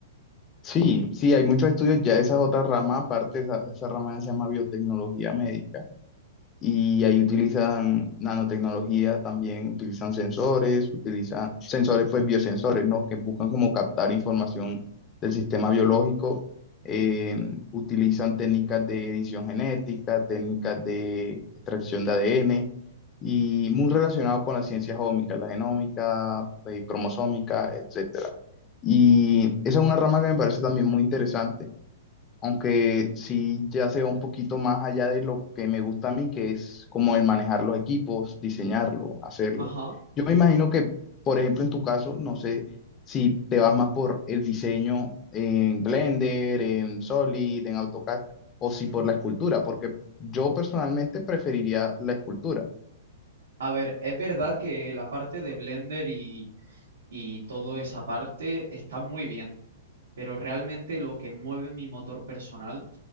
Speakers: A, on the left (about 20°); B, on the right (about 85°).
A: Sí, sí, hay muchos estudios, ya esa es otra rama, aparte esa, esa rama se llama biotecnología médica y ahí utilizan nanotecnología también, utilizan sensores, utilizan sensores, pues biosensores, ¿no? Que buscan como captar información del sistema biológico, eh, utilizan técnicas de edición genética, técnicas de extracción de ADN y muy relacionado con las ciencias ómicas, la genómica, eh, cromosómica, etc. Y esa es una rama que me parece también muy interesante, aunque sí ya se va un poquito más allá de lo que me gusta a mí, que es como el manejar los equipos, diseñarlo, hacerlo.
B: Ajá.
A: Yo me imagino que, por ejemplo, en tu caso, no sé si te vas más por el diseño en Blender, en Solid, en AutoCAD, o si
B: ujú.
A: por la escultura, porque yo personalmente preferiría la escultura.
B: A ver, es verdad que la parte de Blender y, y toda esa parte está muy bien, pero realmente lo que mueve mi motor personal